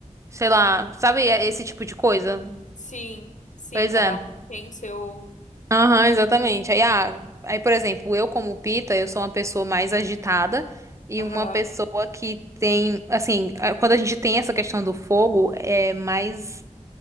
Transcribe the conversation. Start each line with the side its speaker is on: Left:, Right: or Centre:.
Right: Sei lá, sabe é esse tipo de coisa?
Left: Sim, sim,
Right: Pois
Left: cada
Right: é.
Left: um tem o seu.
Right: Aham, exatamente. Aí, ah, aí, por exemplo, eu como Pita, eu sou uma pessoa mais agitada e
Left: Aham.
Right: uma pessoa que tem, assim, ah, quando a gente tem essa questão do fogo, é mais,